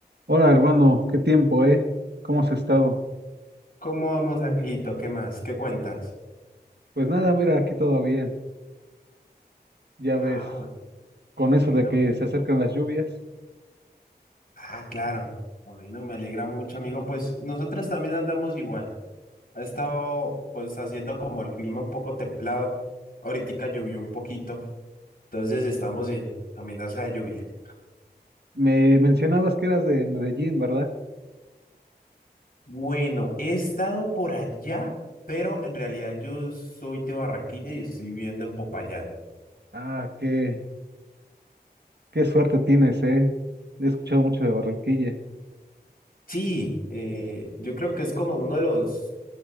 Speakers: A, on the right (about 80°); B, on the left (about 60°).
A: Hola hermano, qué tiempo, ¿eh? ¿Cómo has estado?
B: ¿Cómo vamos, Angelito? ¿Qué más? ¿Qué cuentas?
A: Pues nada, mira, aquí todo bien, ya
B: Ah,
A: ves,
B: bu-
A: con eso
B: bueno.
A: de que se acercan las lluvias.
B: Ah, claro. Bueno, me alegra mucho, amigo. Pues nosotros también andamos igual. Ha estado, pues, haciendo como el clima un poco templado. Ahorita llovió un poquito. Entonces estamos en amenaza de lluvias.
A: Me mencionabas que eras de Medellín, ¿verdad?
B: Bueno, he estado por allá, pero en realidad yo soy de Barranquilla y estoy viviendo en Popayán.
A: Ah, qué, qué suerte tienes, ¿eh? He escuchado mucho de Barranquilla.
B: Sí, eh, yo creo que es como uno de los,